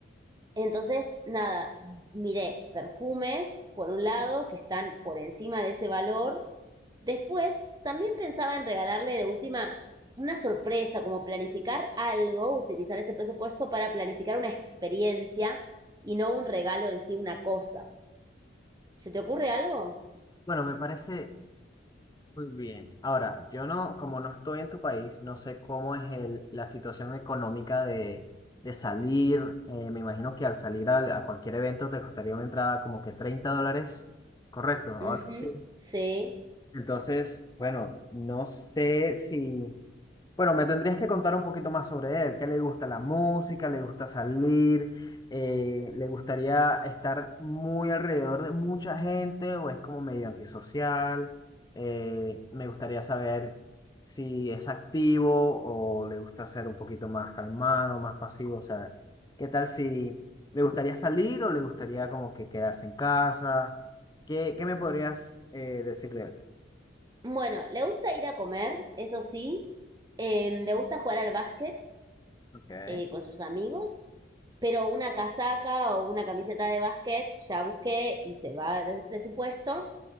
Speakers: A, on the right (about 20°); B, on the left (about 20°).
A: Entonces, nada, miré perfumes, por un lado, que están por encima de ese valor. Después, también pensaba en regalarle de última una sorpresa, como planificar algo, utilizar ese presupuesto para planificar una experiencia y no un regalo en sí, una cosa. ¿Se te ocurre algo?
B: Bueno, me parece Muy bien. Ahora, yo no, como no estoy en tu país, no sé cómo es el, la situación económica de, de salir. Eh, me imagino que al salir al- a cualquier evento te costaría una entrada como que 30 dólares. Correcto. Ahora
A: Ujú,
B: sí.
A: Sí.
B: Entonces, bueno, no sé si, bueno, me tendrías que contar un poquito más sobre él. ¿Qué le gusta la música? ¿Le gusta salir? Eh, ¿le gustaría estar muy alrededor de mucha gente o es como medio antisocial? Eh, me gustaría saber si es activo o le gusta ser un poquito más calmado, más pasivo. O sea, ¿qué tal si le gustaría salir o le gustaría como que quedarse en casa? ¿Qué, qué me podrías eh, decir de él?
A: Bueno, le gusta ir a comer, eso sí. Em, le gusta jugar al básquet
B: Ok.
A: eh, con sus amigos Pero una casaca o una camiseta de básquet ya busqué y se va del presupuesto.